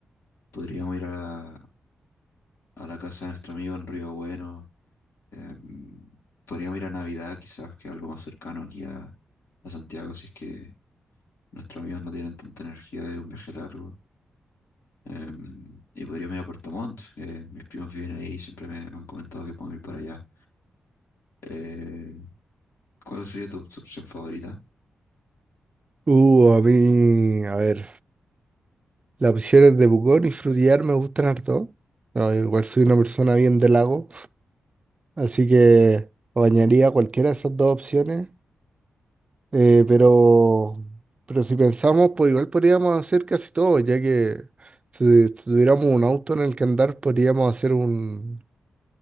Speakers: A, on the left; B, on the right.
A: podríamos ir a, a la casa de nuestro amigo en Río Bueno, eh, podríamos ir a Navidad quizás, que es algo más cercano aquí a, a Santiago, si es que nuestros amigos no tienen tanta energía de un viaje largo. Em, y podríamos ir a Puerto Montt. que mis primos viven ahí y siempre me, me han comentado que podemos ir para allá. Eh, ¿cuál sería tu, tu opción favorita?
B: Uh, a mí, a ver. Las opciones de Pucón y Frutillar me gustan harto. No, igual soy una persona bien de lago, así que bañaría cualquiera de esas dos opciones. Eh, pero, pero si pensamos, pues igual podríamos hacer casi todo, ya que si, si tuviéramos un auto en el que andar, podríamos hacer un,